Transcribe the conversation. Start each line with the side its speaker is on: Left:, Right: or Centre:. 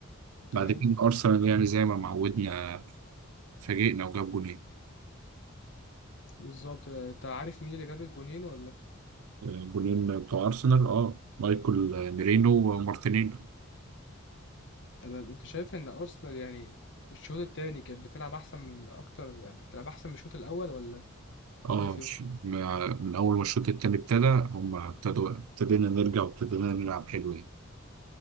Right: بعد
Left: تمام
Right: كده أرسنال يعني زي ما معودنا فاجئنا وجاب جونين
Left: بالظبط آه، انت عارف مين اللي جاب الجونين ولا
Right: آه، جونين بتوع أرسنال اه مايكل آه، ميرينو ومارتينيلي
Left: تمام انت شايف ان ارسنال يعني الشوط التاني كانت بتلعب احسن من اكتر يعني بتلعب احسن من الشوط الاول ولا شايف
Right: اه مش-
Left: ايه
Right: ما- من أول ما الشوط التاني ابتدى هما ابتدوا ابتدينا نرجع وابتدينا نلعب حلو يعني.